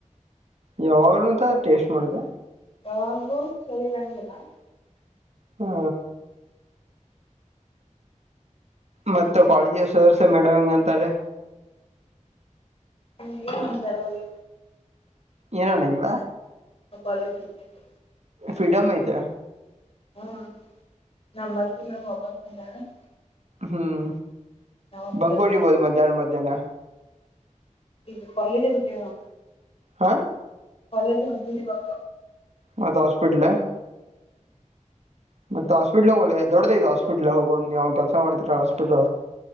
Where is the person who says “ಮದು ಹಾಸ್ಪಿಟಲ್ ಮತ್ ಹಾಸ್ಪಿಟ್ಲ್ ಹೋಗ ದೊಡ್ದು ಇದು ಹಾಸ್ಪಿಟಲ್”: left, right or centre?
Right